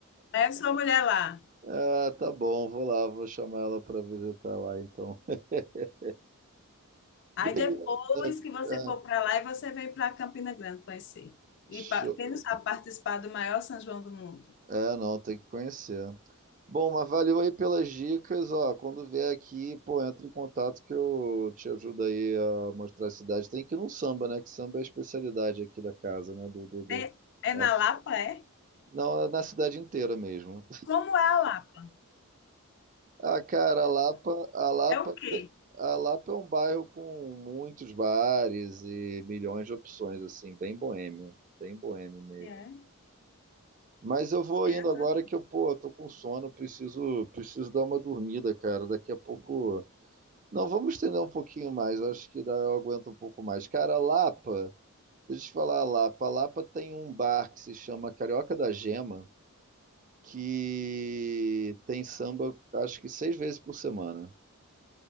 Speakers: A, on the left (about 50°); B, on the right (about 35°).
A: Leve sua mulher lá.
B: Ah, tá bom, vou lá, vou chamar ela para visitar lá então. <laughs> Beleza.
A: Aí depois que você
B: É,
A: for para lá, e você vem para Campina Grande conhecer. E
B: show.
A: pa- quem não sabe participar do maior São João do mundo.
B: É, não, tem que conhecer. Bom, mas valeu aí pelas dicas, ó. Quando vier aqui, pô, entra em contato que eu te ajudo aí a mostrar a cidade. Tem que ir no samba, né? Que samba é a especialidade aqui da casa, né? Do, do, do-
A: É, é
B: aqui.
A: na Lapa, é?
B: Não, é na cidade inteira mesmo.
A: Como é a Lapa?
B: Ah, cara, a Lapa, a Lapa,
A: É o quê?
B: te- a Lapa é um bairro com muitos bares e milhões de opções, assim, bem boêmio, bem boêmio mesmo.
A: E é,
B: Mas eu vou
A: é
B: indo
A: atra-
B: agora que eu, pô, tô com sono, preciso, preciso dar uma dormida, cara. Daqui a pouco. Não, vamos estender um pouquinho mais, eu acho que dá, eu aguento um pouco mais. Cara, a Lapa, deixa eu te falar, a Lapa. A Lapa tem um bar que se chama Carioca da Gema, que tem samba, acho que seis vezes por semana.